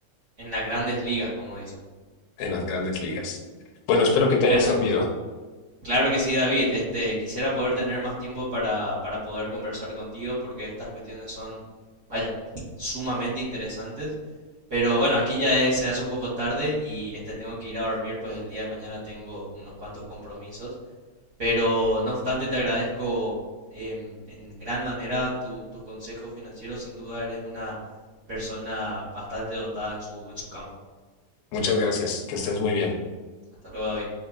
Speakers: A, on the right; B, on the left.
A: En las grandes ligas, como dicen.
B: en las grandes ligas. Bueno, espero
A: Y
B: que te
A: bueno,
B: haya servido.
A: claro que sí, David. Este, quisiera poder tener más tiempo para, para poder conversar contigo porque estas cuestiones son, vaya, sumamente interesantes. Pero bueno, aquí ya es- se hace un poco tarde y este tengo que ir a dormir, pues el día de mañana tengo unos cuantos compromisos. Pero no obstante, te agradezco em, en gran manera tu- tus consejos financieros. Sin duda eres una persona bastante dotada en su, en su campo.
B: Muchas gracias, que estés muy bien.
A: Hasta luego, David.